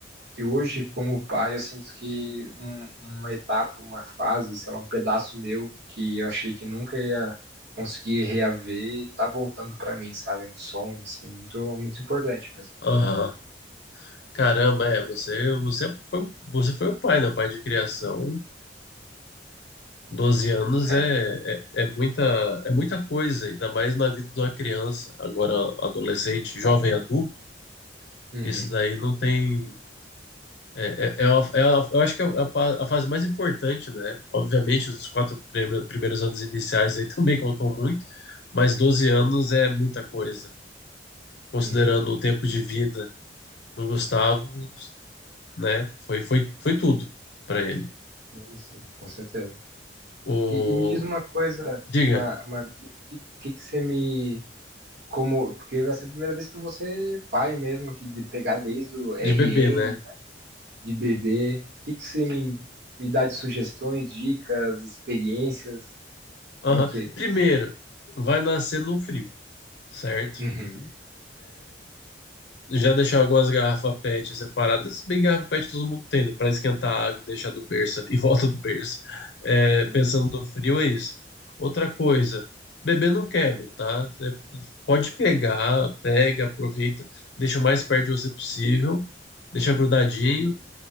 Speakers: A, on the right; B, on the left.
A: E hoje, como pai, eu sinto que um- uma etapa, uma fase, sei lá, um pedaço meu que eu achei que nunca ia conseguir reaver, tá voltando pra mim, sabe? Um sonho, assim, muito, muito importante mesmo.
B: aham. Caramba, é, você, você foi, você foi o pai, né? O pai de criação doze anos
A: É.
B: é, é, é muita, é muita coisa, ainda mais na vida de uma criança, agora adolescente, jovem adulto.
A: Uhum.
B: Isso daí não tem. É, é, é uma- é uma- eu acho que é a, pa- a fase mais importante, né? Obviamente, os quatro prime- primeiros anos iniciais aí <laughs> também contou muito, mas 12 anos é muita coisa. Considerando
A: Uhum.
B: o tempo de vida do Gustavo, né? Foi, foi, foi tudo para ele.
A: Sim, sim, com certeza.
B: O,
A: E, e me diz uma coisa,
B: diga,
A: uma, uma, que, que que você me, como, porque vai ser a primeira vez que eu vou ser pai mesmo, que de pegar desde o RN,
B: de bebê, né?
A: de bebê. O que que você me, me dá de sugestões, dicas, experiências?
B: Aham.
A: Como é que é?
B: Primeiro, vai nascer no frio, certo?
A: Uhum.
B: Já deixar algumas garrafas PET separadas, se bem que garrafa PET todo mundo tem, né? Para esquentar a água e deixar do berço ali, <laughs> em volta do berço. É,
A: Hum,
B: pensando no frio, é isso. Outra coisa, bebê não quebra, tá? Você pode pegar, pega, aproveita, deixa o mais perto de você possível, deixa grudadinho.
A: Uhum.